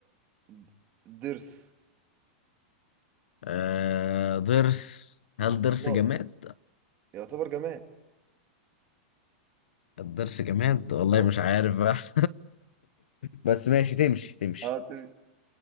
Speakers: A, on the right; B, on the left.
A: د- ضرس
B: آه ضرس
A: بحرف
B: هل ضرس
A: الضاد
B: جماد
A: يعتبر جماد
B: الضرس جماد والله
A: اه
B: مش عارف بقى <laughs> بس ماشي تمشي تمشي
A: اه تمشي